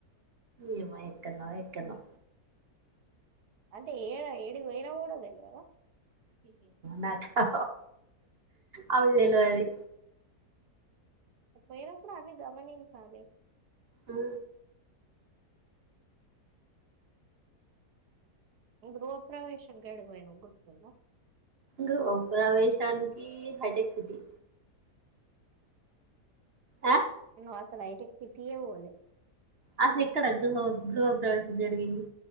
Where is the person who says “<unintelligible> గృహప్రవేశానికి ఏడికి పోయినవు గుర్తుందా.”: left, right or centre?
Right